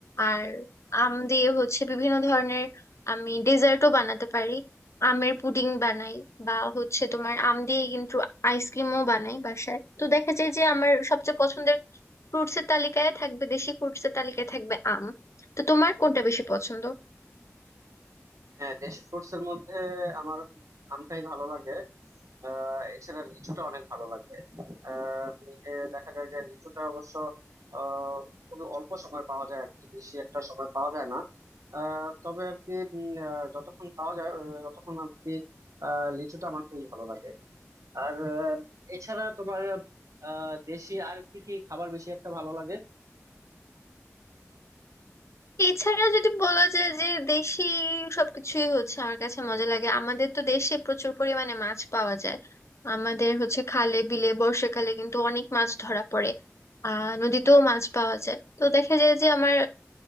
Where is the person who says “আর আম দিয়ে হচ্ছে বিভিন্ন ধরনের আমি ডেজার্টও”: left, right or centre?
Left